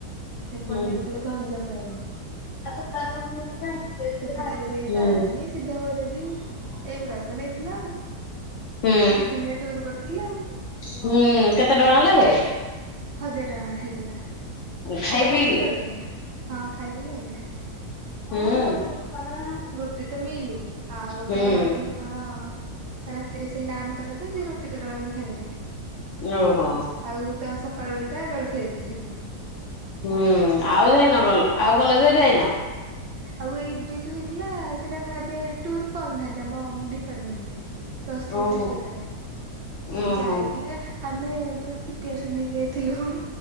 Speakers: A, on the right (about 70°); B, on the left (about 70°).
A: ଏପଟେ
B: ହୁଁ
A: ନେଇଥିଲେ ଗଞ୍ଜାମ ଲାଇନ।
B: <inaudible>
A: ସେପଟେ ସେଇ
B: ହୁଁ।
A: ତାରାତାଣୀ ସିଧା ଭୈର ବି ଏଇଗୁଡାକ ତ ନେଇଥିଲା ଆଉ।
B: ହୁଁ
A: ଦି ଦିନିଆ ଟୁୁର କରିଥିଲେ ଆଉ।
B: ହୁଁ କେତେ ଟଙ୍କା ଲାଗେ?
A: ହଜାର ଟଙ୍କା ହେଇଥିଲା
B: ଖାଇ
A: ଥିଲା
B: ପିଇକି?
A: ବର୍ଷ ତଳରେ ହଁ ଖାଇବକି ହଜ
B: ହୁଁ।
A: ଗୋଟେ ତ ମିଲି ଆଉ ଗୋଟେ
B: ହୁଁ
A: ଥିଲେ କଣ ରାତିରେ ସେଇ ନାନ ତଡକା ଯେ ରୁଟି ତଡକା ଏମିତି ଖାଇପାରିବେ।
B: ଓହୋ।
A: ଆଉ ତ ସକାଳୁ ବେଳଟା ଜଳଖିଆ ଦେଇଥିଲେ ସେତିକି।
B: ହୁଁ ଆଉ ଯାଇନ କ ଆଉ କଲେକ ଯାଇନ?
A: ଆଉ ଏବେ ଯୋଉ ହେ ସେଟା ଏବେ ଟୁର କରୁନାହାନ୍ତି ଆମ ଡିପାର୍ଟମେଣ୍ଟରେ। ପ୍ଲସ୍ ଥ୍ରୀ
B: ଓହୋ।
A: ଫାଷ୍ଟ ଟିଆର ଟା ରେ
B: ଓହୋ
A: ଯାଇଥିଲେ। ଆମେ ପୁରା ପ୍ରିପାରେସନ୍ ହେଇକି ଯାଇଥିଲୁ।